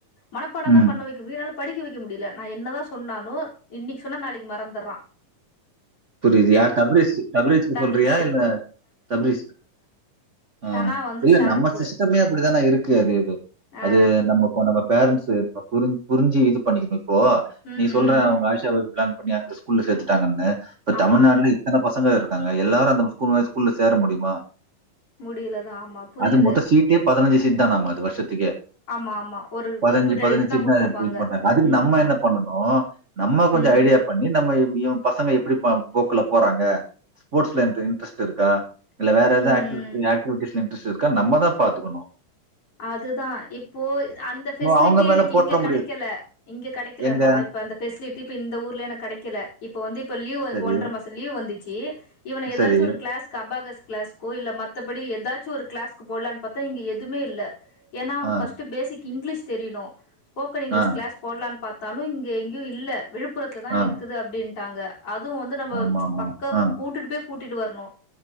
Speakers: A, on the left; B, on the right.
A: மனப்பாடன்தா
B: ம்,
A: பண்ண வெக்க வீடால படிக்க வெக்க முடில நா என்னதா சொன்னாலு இன்னிக் சொன்னா நாளைக் மறந்துறா‌
B: புரிது யார் தப்ரெஸ்ஸு தப்ரேச்க்கு
A: தப்ரிஸு
B: சொல்றியா இல்ல தப்ரிஸ் ஆ
A: ஷனா வந்து
B: இல்ல
A: ஷார்ப்பு
B: நம்ம சிஸ்டமே அப்டித்தானா இருக்கு அது இது
A: ஆ
B: அது நம் நம்ம கோனக்க பேரண்ஸு ப புரின் புரிஞ்சி இது பண்ணிக்கிணு இப்போ
A: ம்
B: நீ சொல்ற
A: ம்
B: உங்க ஆஷாவெவ் ப்ளான் பண்ணி அந்த ஸ்கூல்ல சேத்துட்டாங்கன்னு இப்ப
A: ஆமா
B: தமநார்லி எத்தன பசங்க இருக்காங்க எல்லாரு அந்த ம ஸ்கூல் ம ஸ்கூல்ல சேர முடியுமா
A: முடியலதா ஆமா புரியுது
B: அது மொத்த சீட்டே பதினஞ்சு சீட் தானம்ம அது வர்ஷத்துக்கே
A: ஆமா ஆமா ஒரு
B: பதினஞ்சு
A: குறிப்பிட்ட
B: பதினஞ்சு
A: இதுதா குடுத்துருப்பாங்க
B: இது பண்ணாங்க அதுக்கு
A: ம்
B: நம்ம என்ன பண்ணணு நம்ம கொஞ்சோ
A: ம்
B: ஐடியா பண்ணி நம்ம எப்டியு பசங்க எப்டி ப போக்குல போறாங்க ஸ்போர்ட்ஸ்ல இன்ரெ இன்ரெஸ்ட் இருக்கா இல்ல வேற ஏதோ
A: ம்
B: ஆகட்டி
A: ம்
B: ஆக்டிவிட்டிஸ்ல இன்ரெஸ்ட் இருக்கா நம்மதா பாத்துக்கணு
A: அதுதா இப்போ அந்த ஃபெசிலிட்டி
B: அவங்க மேல
A: எனக்கு
B: போட
A: இங்க கடைக்கல
B: முடியாது.
A: இங்க கடைக்கலப்பா
B: எங்க?
A: இப்ப அந்த பெசிலிட்டி இப்ப இந்த ஊர்ல எனக் கடைக்கல இப்ப வந்து இப்ப லீவ்
B: சரி,
A: இப்ப ஒன்றர மாசோ லீவ்வு வந்துச்சு இவன ஏதாச்சு
B: சரி.
A: ஒரு கிளாஸ்க்கு அபாகஸ் கிளாஸ் கோ இல்ல மத்தபடி ஏதாச்சு ஒரு க்ளாஸ்கு போடலான்னு பாத்தா இங்க எதுமே இல்ல ஏனா அவுளுக்கு
B: ஆ,
A: ஃபஸ்ட்டு பேசிக் இங்லிஷ் தெரியிணு ஸ்போக்கன் இங்லீஷ்
B: ஆ,
A: கிளாஸ் போடலான்னு பாத்தாலு இங்க எங்கேயு இல்ல விழுப்புரத்தில தா
B: ஆ.
A: இருக்குது அப்டின்ட்டாங்க அதுவு வந்து நம்ப
B: ஆமாமா.
A: பக்க
B: ஆ.
A: கூட்டிட்டு போய் கூட்டிட்டு வர்ணு